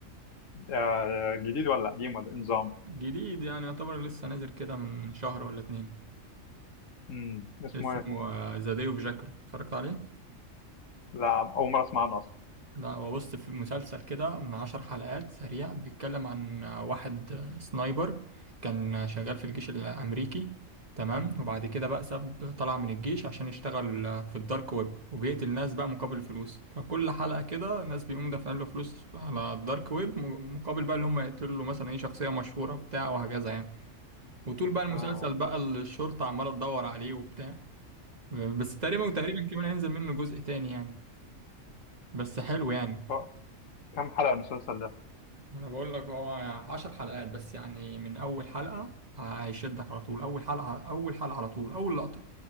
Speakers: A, on the left; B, on the right.
A: آه، جديد ولا قديم ولا إيه نظام
B: جديد يعني يعتبر لسه نازل كده من شهر ولا اتنين
A: امم اسمه
B: اسمه
A: إيه؟
B: ذا داي اوف جاكل اتفرجت عليه
A: لا أول مرة أسمع عنه أصلا
B: لا هو بص في مسلسل كده من عشر حلقات سريع بيتكلم عن آه، واحد آه، سنايبر كان آه، شغال في الجيش الأمريكي تمام وبعد كده بقى ساب طلع من الجيش عشان يشتغل آه، في الدارك ويب وبيقتل ناس بقى مقابل فلوس فكل حلقة كده ناس بيقوم دافعين له فلوس على الدارك ويب مقابل بقى اللي هم يقتلوا له مثلا اي شخصية مشهورة بتاع وهكذا يعني وطول بقى المسلسل
A: آه.
B: بقى الشرطة عمالة تدور عليه وبتاع بس تقريبا وتقريبا كمان هينزل منه جزء تاني يعني بس حلو يعني
A: آه. كم حلقة المسلسل ده؟
B: ما انا بقول لك هو عشر حلقات بس يعني من اول حلقة هيشدك على طول اول حلقة اول حلقة على طول اول لقطة